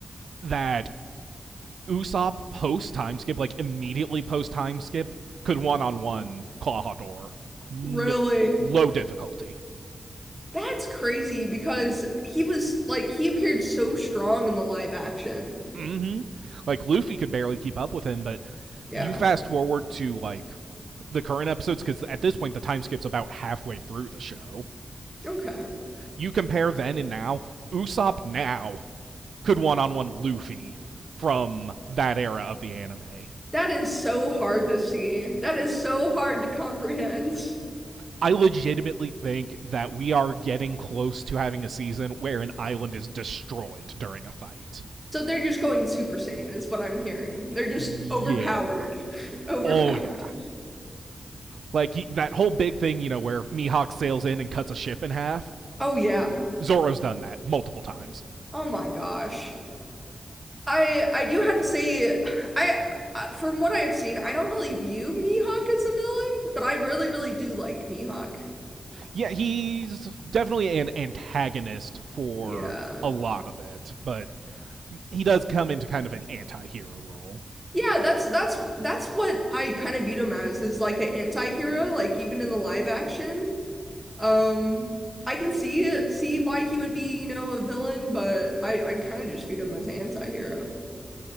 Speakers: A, on the right; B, in the centre.
A: that Usopp post time skip, like immediately post time skip, could one on one Claw Hador, no,
B: Really?
A: low difficulty.
B: That's crazy because he was like he appeared so strong in the live action.
A: Mm-hmm. Like Luffy could barely keep up with him, but
B: Yeah.
A: you fast forward to like the current episodes because at this point the time skip's about halfway through the show.
B: Okay.
A: You compare then and now. Usopp now could one-on-one Luffy from that era of the anime.
B: That is so hard to see. That is so hard to comprehend.
A: I legitimately think that we are getting close to having a season where an island is destroyed during a fight.
B: So they're just going Super Saiyan is what I'm hearing. They're just
A: Yeah.
B: overpowered. <laughs> Overpowered.
A: Oh yeah. Like that whole big thing, you know, where Mihawk sails in and cuts a ship in half.
B: Oh yeah.
A: Zoro's done that multiple times.
B: Oh my gosh. I I do have to say I uh, from what I have seen, I don't really view Mihawk as a villain, but I really really do like Mihawk.
A: Yeah, he's definitely an antagonist for
B: Yeah.
A: a lot of it, but he does come into kind of an anti-hero role.
B: Yeah, that's that's that's what I kind of viewed him as is like an anti-hero, like even in the live action. Um I can see see why he would be, you know, a villain, but I I kind of just viewed him as an anti-hero.